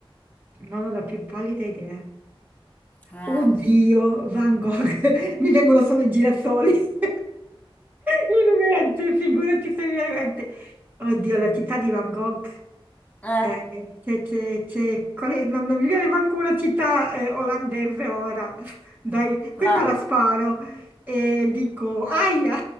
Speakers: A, on the right (about 20°); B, on the left (about 15°).
A: non ho la più pallida idea.
B: Eh.
A: Oddio, Van Gogh, <laughs> mi vengono solo i girasoli. <laughs> In mente, figurati se mi viene in mente. Oddio, la città di Van Gogh.
B: Eh,
A: Eh, c'è- c'è- c'è- qual è- non, non mi viene manco una città eh, olandese ora. <laughs> Dai, questa
B: va.
A: la sparo. E dico, aia!